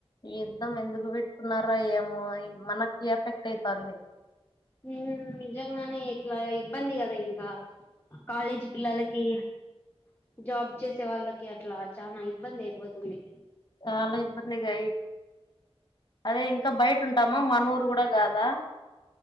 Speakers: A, on the left; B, on the left.
A: ఈ యుద్ధం ఎందుకు పెట్టుకున్నారో ఏమో, మనకి ఎఫెక్ట్ ఐతాందీ.
B: హ్మ్ నిజంగానే ఇట్లా ఇబ్బంది కదా ఇంకా. కాలేజీ పిల్లలకి. జాబ్ చేసే వాళ్ళకి అట్లా చానా ఇబ్బంది అయిపోతుంది.
A: చాలా ఇబ్బందిగయి అదే ఇంకా బయట ఉంటామా మానూరూ గూడ గాదా